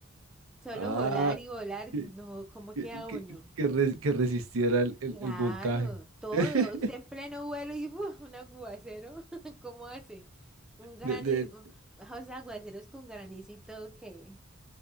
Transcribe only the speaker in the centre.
solo
volar y volar,
no, ¿cómo
queda
uno?
Claro,
todos,
en pleno vuelo y ¡fua! un aguacero, <laughs> ¿cómo hace? Un granizo,
o sea, aguaceros con granizo y todo, ¿qué?